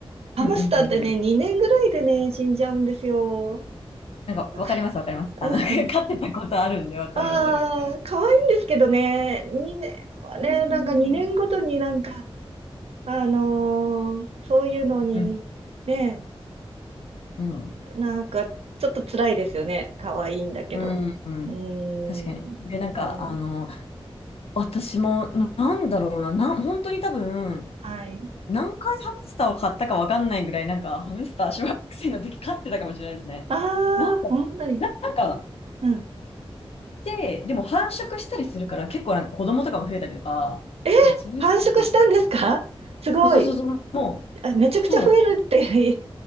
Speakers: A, on the right; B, on the left.
A: ハムスターってね、
B: うんうんうんうん。
A: 2年ぐらいでね、死んじゃうんですよ。
B: なんか、
A: だか
B: わかりますわかります。
A: ら、
B: あの、
A: うん。
B: <laughs> 飼ってたことあるんで、わかりますわかります。
A: ああ、可愛いんですけどね、2年はね、
B: そうそうそう
A: なんか2年ごとになんか、あのーそういうのにね、
B: うん。うん。
A: なんかちょっと辛いですよね。可愛いんだけど。
B: うん。うん
A: うーん、
B: 確かに。で、なんか、
A: そう。
B: あの、私も、ななんだろうな、な、本当に多分、
A: はい。
B: 何回ハムスターを買ったかわかんないぐらい、なんか、ハムスター小学生の時飼ってたかもしれないですね。
A: ああ、
B: なんか、
A: 本当に。
B: ななんか、
A: うん。
B: で、でも繁殖したりするから、結構なんか子供とかも増えたりとか、
A: え、
B: なんかそういうのも
A: 繁殖したんですかすごい。
B: あそうそうそうそう、も
A: あ、めちゃくちゃ増えるって
B: う、そう、
A: <laughs> 聞